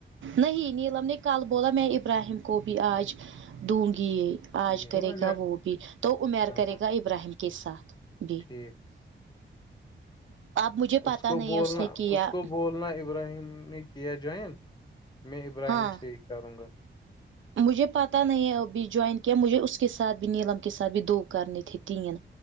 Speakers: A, on the right; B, on the left.
A: نہیں نیلم نے کل بولا میں ابراہیم کو بھی آج دوں گی یہ
B: ٹھیک
A: آج کرے
B: ہاں
A: گا وہ بھی تو امیر کرے
B: ہاں
A: گا ابراہیم کے ساتھ بھی
B: ٹھیک
A: اب مجھے پتا
B: اس کو
A: نہیں
B: بولنا
A: اس نے کیا
B: اس کو بولنا ابراہیم نے کیا جوائن میں ابراہیم
A: ہاں
B: سری کروں گا
A: مجھے پتا نہیں ہے ابھی جوائن کیا مجھے اس کے ساتھ بھی نیلم کے ساتھ بھی دو کرنی تھے تین